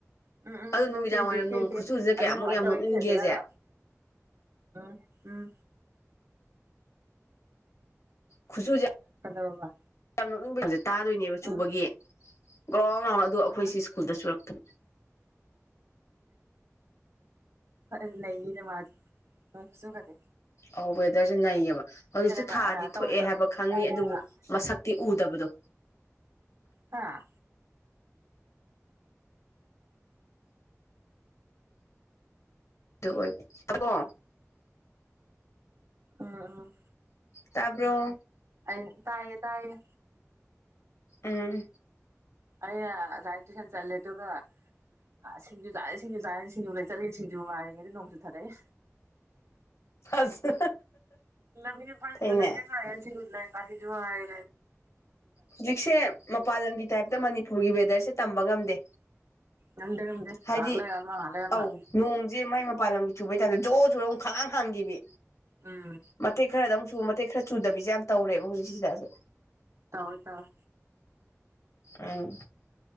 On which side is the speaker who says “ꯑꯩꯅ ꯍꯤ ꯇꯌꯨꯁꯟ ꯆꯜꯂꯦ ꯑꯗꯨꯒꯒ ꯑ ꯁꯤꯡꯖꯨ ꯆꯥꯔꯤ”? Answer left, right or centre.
Right